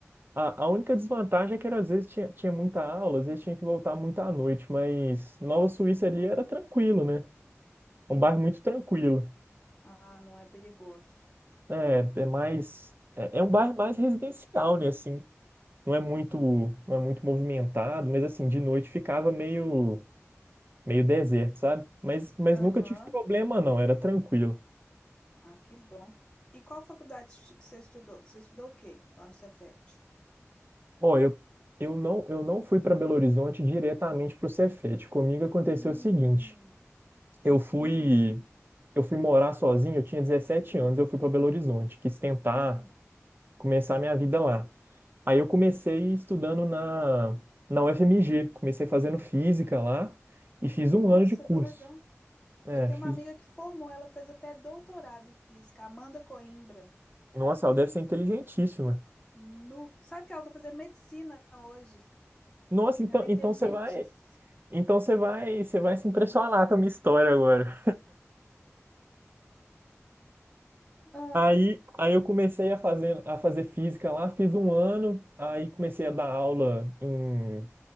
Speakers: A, on the right; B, on the left.
A: A, a única desvantagem é que era, às vezes tinha, tinha muita aula, às vezes tinha que voltar muito à noite, mas Nova Suíça
B: Ah,
A: ali era tranquilo, né?
B: hum,
A: É Um bairro muito tranquilo.
B: ah, não é perigoso.
A: É, é mais. É, é um bairro mais residencial, né? Assim, não é muito, não é muito movimentado, mas assim, de noite ficava meio, meio deserto, sabe? Mas, mas nunca
B: Aham,
A: tive problema, não, era tranquilo.
B: Ah, que bom. E qual faculdade que você estudou? Você estudou o quê lá no Cefet?
A: Ó, eu, eu não, eu não fui para Belo Horizonte diretamente pro Cefete. Comigo aconteceu
B: Hum,
A: o seguinte: eu fui, eu fui morar sozinho, eu tinha 17 anos, eu fui para Belo Horizonte, quis tentar
B: hum.
A: começar minha vida lá. Aí eu comecei estudando na, na UFMG, comecei fazendo física lá e fiz
B: Nossa,
A: um ano de curso.
B: que legal.
A: É,
B: Eu tenho
A: fiz...
B: uma amiga que formou, ela fez até doutorado em física, Amanda Coimbra.
A: Nossa, ela deve ser inteligentíssima.
B: Nu. Sabe que ela tá fazendo medicina hoje?
A: Nossa, então,
B: Ela é inteligentíssima.
A: então você vai, então você vai, você vai se impressionar com a minha história agora.
B: Ah,
A: Aí, aí eu comecei a fazer, a fazer física lá, fiz um ano, aí comecei a dar aula em,